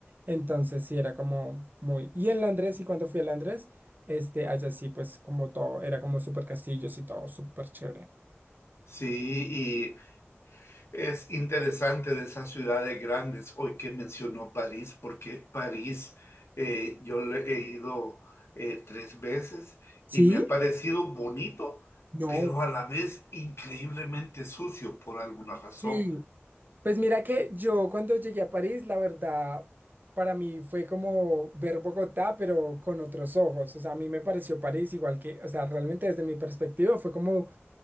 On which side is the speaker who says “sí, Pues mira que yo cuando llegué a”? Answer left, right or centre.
Right